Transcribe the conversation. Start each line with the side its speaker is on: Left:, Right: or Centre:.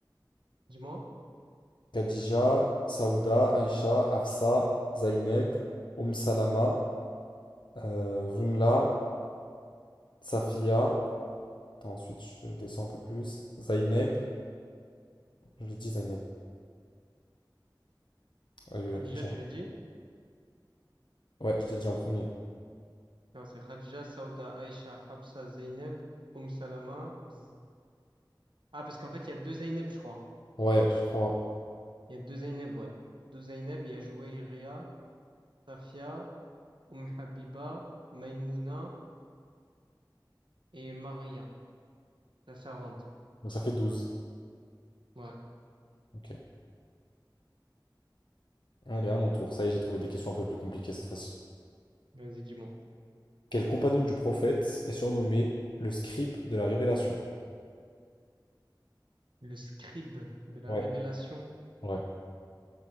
Right: Dis-moi.
Left: Khadija, Saouda, Aïcha, Afsa, Zaineb, Oum Salama, euh, Rumla, Safia. Attends, ensuite je descends un peu plus. Zaineb. Je l'ai dit Zaineb. Ouais, ouais,
Right: Khadija,
Left: après, j'ai-
Right: tu l'as dit?
Left: ouais, je l'ai dit en premier.
Right: Non, c'est Khadija, Sauda, Aïcha, Hafsa, Zeynep, Umm Salama. Z- Ah, parce qu'en fait, il y a deux Zeynep, je crois.
Left: Ouais, je crois.
Right: Il y a deux Zeynep, ouais. Deux Zeynep, il y a Jouairia, Safia, Umm Habiba, Maimouna. Et Maria, la servante.
Left: Donc ça fait douze.
Right: Ouais,
Left: Ok. Allez, à mon tour. Ça y est, j'ai trouvé des questions un peu plus compliquées cette fois-ci.
Right: vas-y, dis-moi.
Left: Quel compagnon du prophète est surnommé le scribe de la révélation?
Right: Le scribe de la
Left: Ouais.
Right: révélation.
Left: Ouais.